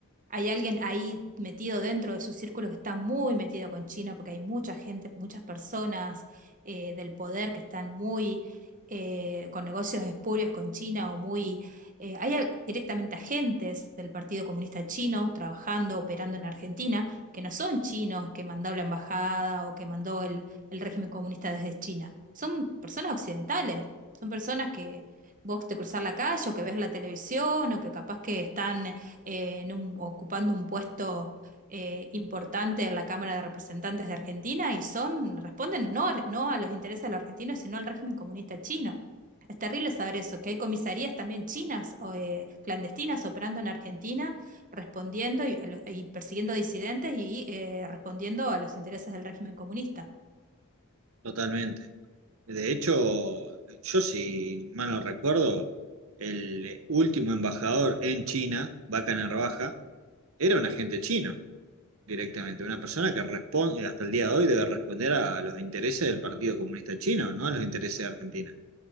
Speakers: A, on the right; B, on the right.
A: hay alguien ahí metido dentro de su círculo que está muy metido con China, porque hay mucha gente, muchas personas eh, del poder que están muy eh, con negocios espurios con China o muy... eh, hay al- directamente agentes del Partido Comunista Chino trabajando, operando en Argentina, que no son chinos que mandó la embajada o que mandó el, el régimen comunista desde China. Son personas occidentales, son personas que vos te cruzás la calle o que ves la televisión o que capaz que están eh, en un- ocupando un puesto eh, importante en la Cámara de Representantes de Argentina y son, responden no, a- no a los intereses de los argentinos, sino al régimen comunista chino. Es terrible saber eso, que hay comisarías también chinas o eh, clandestinas operando en Argentina, respondiendo y, a los- y persiguiendo disidentes y eh, respondiendo a los intereses del régimen comunista.
B: Totalmente. De hecho, yo si mal no recuerdo, el último embajador en China, Vaca Narvaja, era un agente chino directamente, una persona que responde, hasta el día de hoy debe responder a los intereses del Partido Comunista Chino, no a los intereses de Argentina.